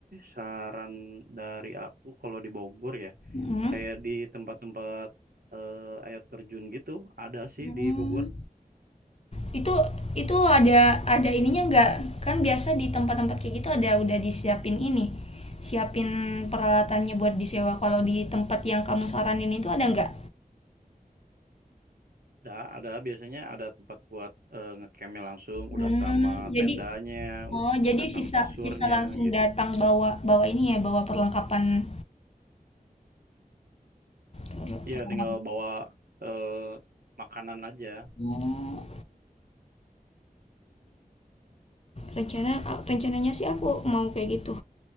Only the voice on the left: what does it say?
Mm.
Hmm.
itu itu ada ada ininya nggak kan biasa di tempat-tempat kayak gitu ada udah disiapin ini siapin peralatannya buat disewa kalau di tempat yang kamu saranin itu ada nggak
hmm,
jadi
oh jadi
sisa
sisa langsung
datang bawa bawa ini ya bawa perlengkapan per-
perlengkapan.
Oh, rencana rencananya sih aku mau kayak gitu